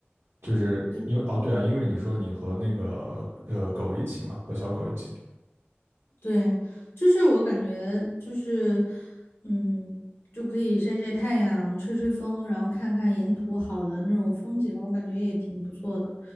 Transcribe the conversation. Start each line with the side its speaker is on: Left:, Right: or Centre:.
Right: 就是因为哦，
Left: 对。
Right: 对啊，因为你说你和那个呃狗一起嘛，和小狗一起。
Left: 对，就是我感觉就是，嗯，就可以晒晒太阳、吹吹风，然后看看沿途好的那种风景，我感觉也挺不错的。